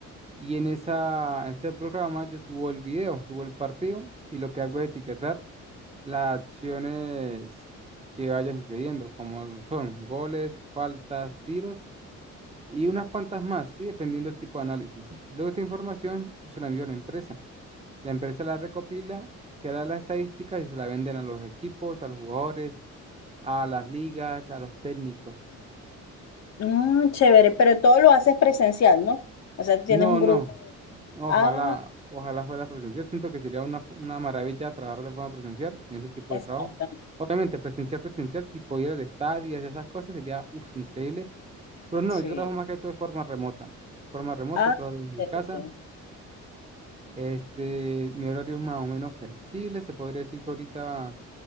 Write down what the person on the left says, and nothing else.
Mm, chévere, pero todo lo haces presencial, ¿no? O sea, tienes
un
grupo.
Ah,
exactamente.
Sí.
Ah,
chévere.